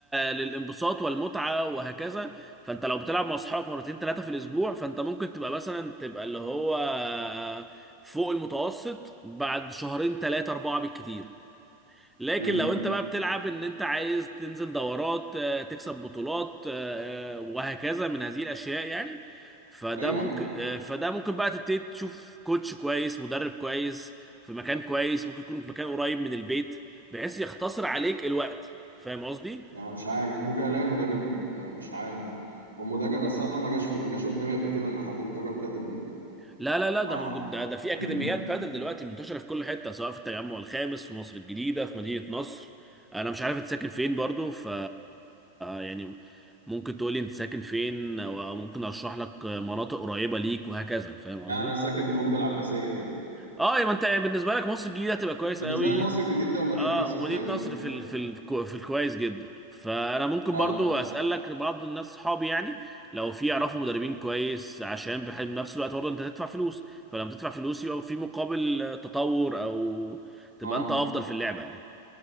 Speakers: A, in the centre; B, on the right (about 85°).
A: للانبساط والمتعة وهكذا فانت لو بتلعب مع اصحابك مرتين ثلاثة في الاسبوع فانت ممكن تبقى مثلا تبقى اللي هو آه، فوق المتوسط بعد شهرين ثلاثة أربعة بالكتير لكن
B: امم
A: لو انت بقى بتلعب ان انت عايز تنزل دورات آه، تكسب بطولات آه، آه، وهكذا من هذه الاشياء يعني فده
B: ايوه
A: ممكن آه، فده ممكن بقى تبتدي تشوف كوتش كويس مدرب كويس في مكان كويس ممكن يكون مكان قريب من البيت بحيث يختصر عليك الوقت فاهم قصدي
B: انا مش عارف ممكن الاقي مدرب م- مش عارف هو مدرب بس انا ما جاش في ما جاش قدامي قبل كده ان حد بيدرب بادل دي
A: لا لا لا
B: مع
A: ده موجود
B: <clears throat>
A: ده, ده في اكاديميات بادل دلوقتي منتشره في كل حته سواء في التجمع الخامس في مصر الجديده في مدينه نصر انا مش عارف انت ساكن فين برضو ف يعني ممكن تقولي انت ساكن فين وممكن اشرح لك مناطق قريبه ليك وهكذا فاهم قصدي
B: انا ساكن قرب العباسيه كده
A: اه يبقى انت يعني بالنسبه لك مصر الجديده هتبقى كويس
B: بالنسبه
A: قوي
B: لي مصر الجديده ومدينه
A: اه
B: نصر
A: ومدينة
B: قريبين
A: نصر
B: شويه
A: في ال... في ال... في الكويس جدا فانا ممكن
B: اه
A: برضو اسالك بعض الناس صحابي يعني لو في يعرفوا مدربين كويس عشان بحيث بنفس الوقت برضه انت تدفع فلوس فلما تدفع فلوس يبقى في مقابل تطور او تبقى
B: اه
A: انت افضل في اللعبة يعني